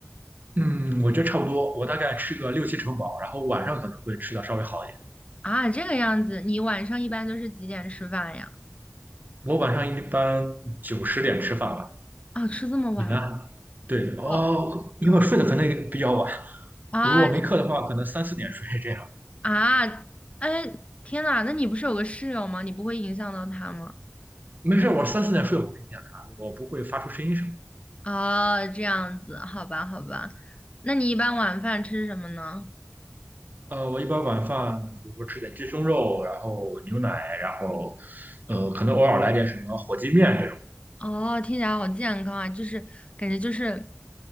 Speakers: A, on the right; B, on the left.
A: 嗯，我觉得差不多，我大概吃个六七成饱，然后晚上可能会吃的稍微好一点。
B: 啊，这个样子，你晚上一般都是几点吃饭呀？
A: 我晚上一般九十点吃饭吧，
B: 啊，吃这么晚吗？
A: 你呢？对，哦，
B: 哦，
A: 因为睡得可能也比较晚，
B: 嗯啊，
A: 我如果没课的话，可能三四点睡这样。
B: 啊，哎，天呐，那你不是有个室友吗？你不会影响到他吗？
A: 没事，我三四点睡我不影响他，我不会发出声音什么。
B: 哦，这样子，好吧，好吧。那你一般晚饭吃什么呢？
A: 呃，我一般晚饭，比如说吃点鸡胸肉，然后牛奶，然后，呃，可能偶尔来点什么火鸡面这种。
B: 哦，听起来好健康啊，就是感觉就是